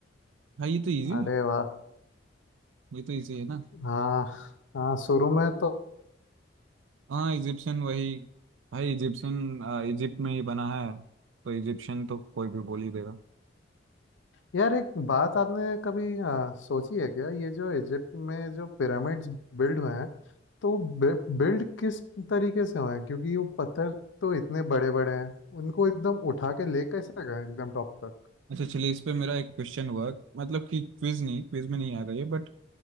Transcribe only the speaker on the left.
अरे
वाह
हाँ हाँ शुरू में तो
यार एक बात आपने कभी अ, सोची है क्या ये जो इजिप्ट में जो पिरामिड्स बिल्ड हुए हैं तो बिल्ड किस तरीके से हुए हैं क्योंकि वो पत्थर तो इतने बड़े बड़े हैं उनको एकदम उठा के ले कैसे गए एकदम टॉप तक